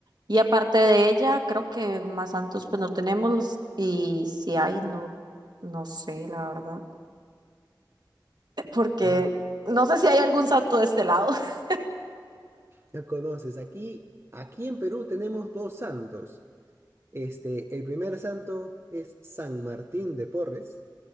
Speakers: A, on the right; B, on the right.
A: Y aparte de ella, creo que más santos pues no tenemos y si hay, no, no sé, la verdad, <laughs> porque
B: ah,
A: no sé si hay algún santo de este lado. <laughs>
B: ya conoces. Aquí, aquí en Perú tenemos dos santos. Este, el primer santo es San Martín de Porres.